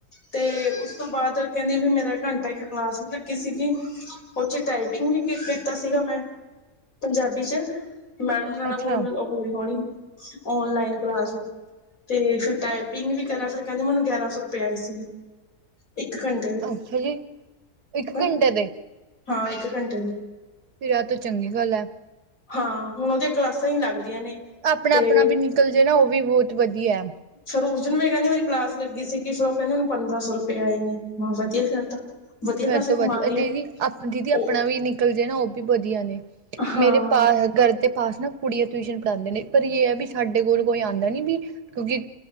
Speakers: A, on the left (about 55°); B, on the right (about 80°).
A: ਤੇ ਉਸ ਤੋਂ ਬਾਅਦ ਕਹਿਦੀ ਵੀ ਮੇਰਾ ਘੰਟਾ ਇਕ ਕਲਾਸ ਵੀ ਲਗੀ ਸੀਗੀ ਉਥੇ ਟਾਈਪਿੰਗ ਵੀ ਕੀਤਾ ਸੀਗਾ ਮੈ ਪੰਜਾਬੀ ਚ ਮੈਡਮ
B: ਅੱਛਾ
A: ਹੋਹੀ ਹੋਣੀ ਓਨਲਾਈਨ ਕਲਾਸ ਤੇ ਫੇਰ ਟਾਈਪਿੰਗ ਵੀ ਕਰਿਆ ਫਿਰ ਕਹਿਦੇ ਮੈਨੂੰ ਗਿਆਰਾਂ ਸੌ ਰੁਪਆ ਆਏ ਸੀਗੇ ਇਕ ਘੰਟੇ ਟੇ ਦੇ
B: ਅੱਛਾ ਜੀ ਇੱਕ ਘੰਟੇ ਦੇ
A: ਹਾਂ ਇਕ ਘੰਟੇ ਦੇ
B: ਫਿਰ ਆ ਤੋਂ ਚਗੀ ਗਲ ਹੈ।
A: ਹਾਂ, ਹੁਣ ਉਹਦੀ ਕਲਾਸਾਂ ਹੀ ਲਗਦੀਆਂ ਨੇ
B: ਆਪਣਾ
A: ਤੇ
B: ਆਪਣਾ ਵੀ ਨਿਕਲ ਜੇ ਨਾ ਉਹ ਵੀ ਬਹੁਤ ਵਧੀਆ ਐ।
A: ਫੇਰ ਉਸ ਦਿਨ ਵੀ ਕਹਿਦੀ ਮੇਰੀ ਕਲਾਸ ਲਗੀ ਸੀਗੀ ਫੇਰ ਉਹ ਕਹਿਦੀ ਉਹਨੂੰ ਪੰਦਰਾਂ ਸੌ ਰੁਪਏ ਆਏ ਨੇ, ਮੈਂ ਹਾਂ ਵਦੀਆਂ ਫੇਰ ਤਾਂ ਵਧੀਆ
B: ਫੇਰ
A: ਪੈਸੇ
B: ਤੋਂ
A: ਕਮਾ
B: ਵਧੀਆ
A: ਰਹੀ
B: ਦੀਦੀ
A: ਹੈ
B: ਆਪ ਦੀਦੀ ਆਪਣਾ
A: ਉਹ
B: ਵੀ ਨੀ ਕੱਲ ਜੇ ਨਾ ਉਹ ਵੀ ਵਧੀਆ ਨੇ,
A: ਹਾਂ
B: ਮੇਰੇ ਪਾ ਘਰ ਦੇ ਪਾਸ ਨਾ ਕੁੜੀਆਂ ਟਿਊਸ਼ਨ ਪੜਾਂਦੇ ਨੇ ਪਰ ਯੇ ਹੈ ਵੀ ਸਾਡੇ ਕੋਲ ਕੋਈ ਆਂਦਾ ਨੀ ਵੀ ਕਿਉਕਿ